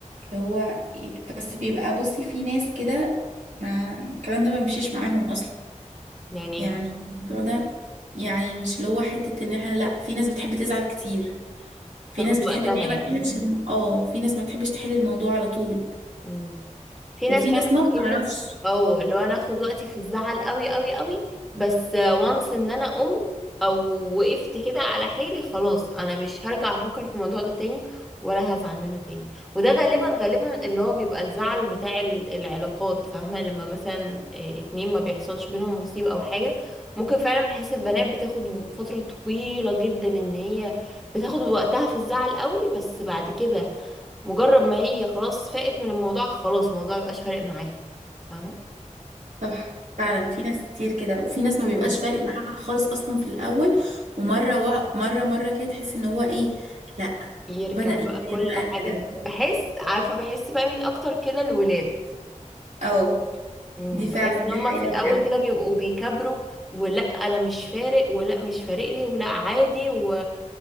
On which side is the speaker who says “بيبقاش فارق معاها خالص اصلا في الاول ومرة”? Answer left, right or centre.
Right